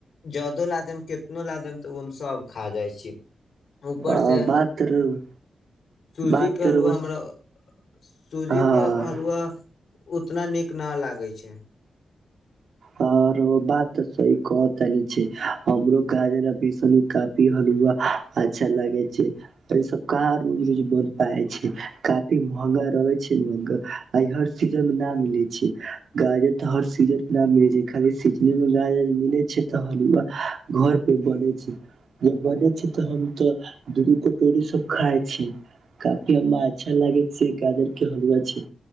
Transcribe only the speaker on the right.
अ,
बात तो रउआ
बात
तो रउआ
हँ।
आ और बात तऽ सही कह तानी छैय हमरो गाजर आ बेसन कफी हलुआ अच्छा लागे छैय ई सब कहाँ रोज रोज बन पाबय छैय। काफी महंगा रहै छैय आ हर सीजन मे न मिले छैय गाजर तऽ हर सीजन मे न मिलय छै लय खाली सीजने मेर मिले छैय तऽ हलुवा घर पे बने छैय ज बने छैय तऽ हम तो दूू दु कटोरी सब खाय छी काफी हमरा अच्छा लागै छैय गाजर के हलुआ छैय